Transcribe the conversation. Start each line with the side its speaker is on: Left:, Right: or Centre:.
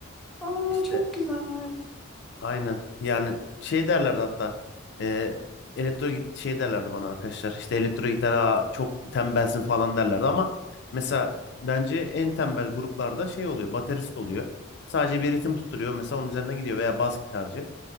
Centre: Aa
Left: İşte
Centre: çok güzel.
Left: Aynen. Yani şey derlerdi hatta. E, elektro git- şey derlerdi bana arkadaşlar. İşte elektro gitar "Aa, çok tembelsin falan derlerdi ama mesela bence en tembel gruplarda şey oluyor. Baterist oluyor. Sadece bir ritim tutturuyor. Mesela onun üzerinden gidiyor veya bas gitarcı.